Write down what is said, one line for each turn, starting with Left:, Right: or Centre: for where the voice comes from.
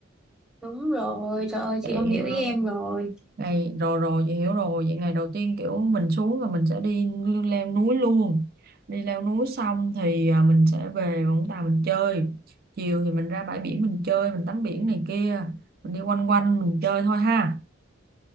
Centre: đúng rồi trời ơi
Right: vậy
Centre: chị không hiểu
Right: ờ,
Centre: ý em rồi
Right: ngày rồi rồi chị hiểu rồi vậy ngày đầu tiên kiểu mình xuống là mình sẽ đi leo núi luôn đi leo núi xong thì à, mình sẽ về Vũng Tàu mình chơi chiều thì mình ra bãi biển mình chơi mình tắm biển này kia mình đi quanh quanh mình chơi thôi ha